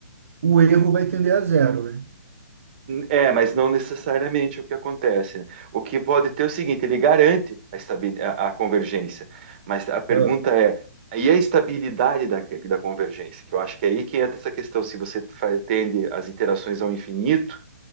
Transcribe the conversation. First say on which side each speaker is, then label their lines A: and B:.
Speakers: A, on the right; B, on the right.
A: o erro vai tender a zero, né?
B: É, mas não necessariamente o que acontece. O que pode ter é o seguinte, ele garante a, estabil- a- a convergência, mas a pergunta
A: Ah,
B: é, e a estabilidade da, da convergência? Que eu acho que é aí que entra essa questão, se você fa- tende as iterações ao infinito,